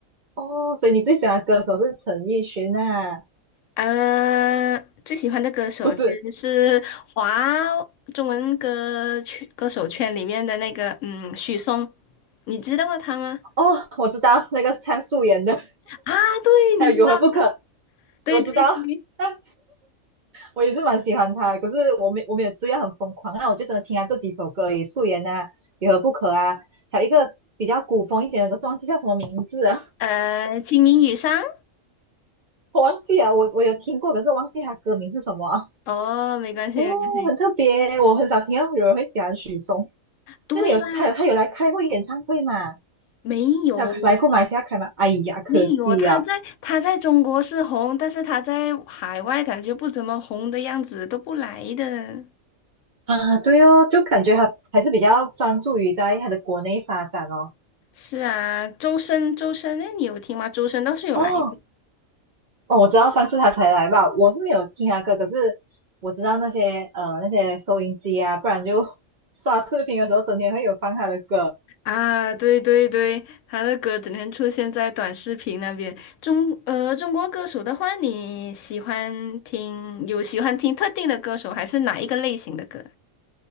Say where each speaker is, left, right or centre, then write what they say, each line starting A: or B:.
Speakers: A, on the right (about 50°); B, on the left (about 75°).
A: 哦，所以你最喜欢的歌手是陈奕迅啊？
B: 呃，最喜欢的歌手其实是华
A: 不是？
B: 中文歌曲歌手圈里面的那个，嗯，许嵩，你知道他吗？
A: 哦，我知道那个唱素颜的，
B: 啊，对，
A: 还有有何不可，
B: 你知道，对对对，
A: 我知道。但我也是蛮喜欢他的可是我没我没有追到很疯狂，那我就只能听他这几首歌而已，素颜啊，有何不可啊，还有一个比较古风一点的，可是忘记叫什么名字啊，
B: 呃，清明雨上，
A: 我忘记了，我我有听过，可是忘记他歌名是什么啊
B: 哦，没关系没关系，
A: 哦，很特别，我很少听到有人会喜欢许嵩。
B: 对啦，
A: 那你有他有他有来开过演唱会嘛？
B: 没有，
A: 他有来过马来西亚开吗？哎呀，可惜啊！
B: 没有啊，他在他在中国是红，但是他在海外感觉不怎么红的样子，都不来的。
A: 啊，对哦，就感觉他还是比较专注于在他的国内发展哦。
B: 是啊，周深，周深，那你有听吗？周深倒是有来的
A: 哦哦，我知道上次他才来吧，我是没有听他歌，可是我知道那些呃那些收音机啊，不然就 <laughs> 刷视频的时候整天会有放他的歌。
B: 啊，对对对，他的歌整天出现在短视频那边。中呃，中国歌手的话，你喜欢听有喜欢听特定的歌手，还是哪一个类型的歌？